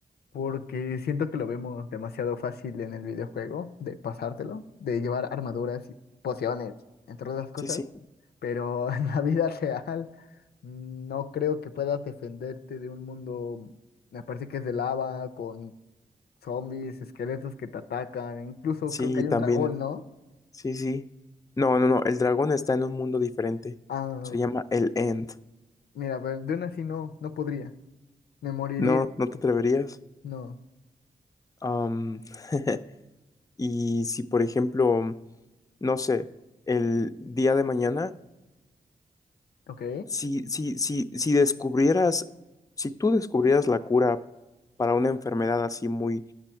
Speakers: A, on the left (about 85°); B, on the left (about 20°).
A: Porque siento que lo vemos demasiado fácil en el videojuego, de pasártelo, de llevar armaduras y pociones, entre otras cosas.
B: Sí, sí,
A: pero <laughs> en la vida real no creo que puedas defenderte de un mundo, me parece que es de lava, con zombies, esqueletos que te atacan, incluso
B: sí,
A: creo que hay
B: también,
A: un dragón, ¿no?
B: sí, sí. No, no, no, el dragón está en un mundo diferente.
A: Ah,
B: Se llama el End.
A: mira, pero de una así no, no podría, me moriría,
B: No, no te atreverías.
A: no,
B: Am, <laughs> y si, por ejemplo, no sé, el día de mañana,
A: ok,
B: si, si, si, si descubrieras, si tú descubrieras la cura para una enfermedad así muy